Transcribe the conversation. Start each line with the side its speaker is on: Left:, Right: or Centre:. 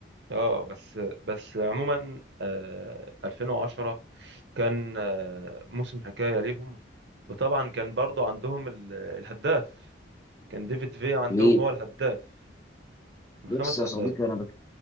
Right: اه بس بس عموما آه، 2010 كان آه، موسم حكاية ليهم وطبعا كان برضو عندهم ال- الهداف كان ديفيد في عندهم
Left: مين؟
Right: هو الهداف بخمس
Left: بص يا
Right: اهداف
Left: صديقي انا